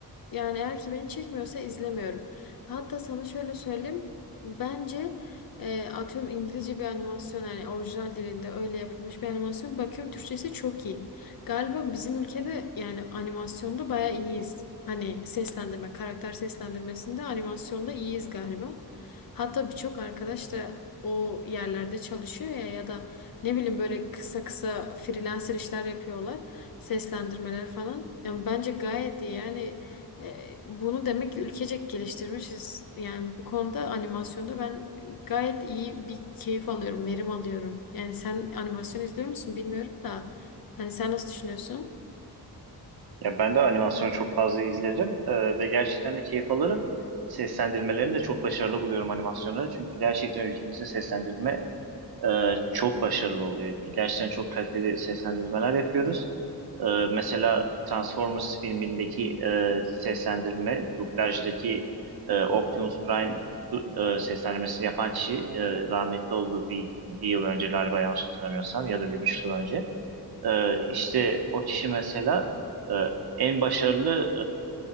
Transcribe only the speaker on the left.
yani eğer ki beni çekmiyorsa izlemiyorum. Hatta sana şöyle söyleyeyim. Bence e, atıyorum İngilizce bir animasyon yani orijinal dilinde öyle yapılmış bir animasyon. Bakıyorum Türkçesi çok iyi. Galiba bizim ülkede yani animasyonda bayağı iyiyiz. Hani seslendirme, karakter seslendirmesinde animasyonda iyiyiz galiba. Hatta birçok arkadaş da o yerlerde çalışıyor ya ya da ne bileyim böyle kısa kısa freelancer işler yapıyorlar. Seslendirmeler falan. Yani bence gayet iyi yani e, bunu demek ki ülkecek geliştirmişiz. Yani bu konuda animasyonda ben gayet iyi bir keyif alıyorum, verim alıyorum. Yani sen animasyon izliyor musun bilmiyorum da. Hani sen nasıl düşünüyorsun?